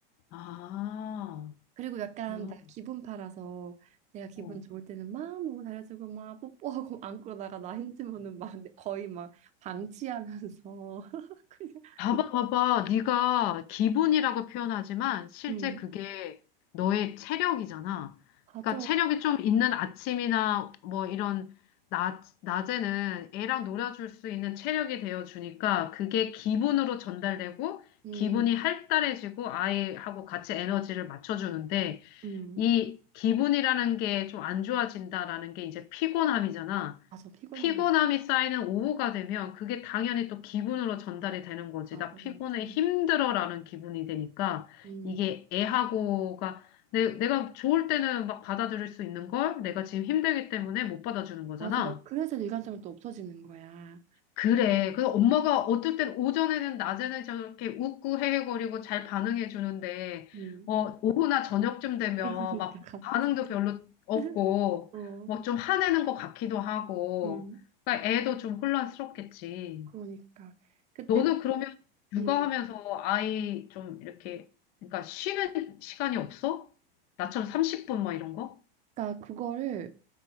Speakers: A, on the left; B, on the right.
A: 아,
B: 그리고 약간
A: 그렇구나.
B: 나 기분 팔아서 내가 기분
A: 어.
B: 좋을 때는 막 너무 잘해주고 막 뽀뽀하고 <laughs> 안고 나가 나 힘들면은 막 내- 거의 막 방치하면서 <laughs> 그냥
A: 봐봐,
B: 이-
A: 봐봐. 네가 기분이라고 표현하지만 실제
B: 음
A: 그게 너의 체력이잖아.
B: 맞아
A: 그러니까 체력이 좀 있는 아침이나 뭐 이런 낮, 낮에는 애랑 놀아줄 수 있는 체력이 되어 주니까 그게 기분으로 전달되고
B: 음,
A: 기분이 활달해지고 아이하고 같이 에너지를 맞춰주는데
B: 음,
A: 이 기분이라는 게 좀 안 좋아진다라는 게 이제 피곤함이잖아.
B: 맞아 피곤함
A: 피곤함이 쌓이는 오후가 되면 그게 당연히 또 기분으로 전달이 되는 거지.
B: 맞아
A: 나 피곤해,
B: 맞아
A: 힘들어라는 기분이 되니까
B: 음
A: 이게 애하고가 내, 내가 좋을 때는 막 받아들일 수 있는 걸 내가 지금 힘들기 때문에 못 받아주는 거잖아.
B: 맞아, 맞아. 그래서 일관성이 또 없어지는 거야.
A: 그래. 그래서 엄마가 어떨 땐 오전에는 낮에는 저렇게 웃고 헤헤거리고 잘 반응해 주는데,
B: 음.
A: 어, 오후나 저녁쯤 되면
B: 그러니까
A: 막
B: 갑자기.
A: 반응도 별로 없고,
B: <laughs> 어,
A: 뭐 좀 화내는 것 같기도 하고,
B: 음.
A: 그러니까 애도 좀 혼란스럽겠지.
B: 그러니까 그때,
A: 너는 그러면 육아하면서
B: 음.
A: 아이 좀 이렇게, 그러니까 쉬는 시간이 없어? 나처럼 30분 뭐 이런 거?
B: 그러니까 그거를